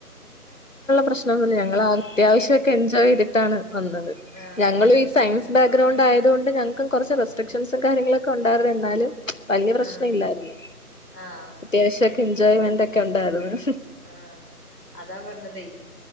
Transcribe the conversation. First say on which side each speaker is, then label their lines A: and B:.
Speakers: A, on the left (about 55°); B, on the left (about 85°).
A: പ്രശ്നഒന്നും ഇല്ല. ഞങ്ങള് അത്യാവിശം <unintelligible> ഒക്കെ എൻജോയ് ചെയ്തിട്ടാണ് വന്നത്
B: ആഹ്
A: ഞങ്ങളും ഈ സയൻസ്
B: ഉം
A: ബാക്ക്ഗ്രൗണ്ട് ആയി <inaudible> അതൊണ്ട് ഞങ്ങൾക്കും കുറച്ച് റെസ്റ്റൊ <unintelligible> ക്ഷൻസും കാര്യങ്ങളൊക്കെ ഉണ്ടായിരുന്നു എന്നാലും വലിയ പ്രശ്നം
B: ആഹ്
A: ഇല്ലായിരുന്നു.
B: ആഹ്
A: അത്യാവശ്യമൊക്കെ എൻജോയ്മെന്റ് ഒക്കെ ഉണ്ടായിരുന്നു
B: ആ അതാ പറഞ്ഞതേ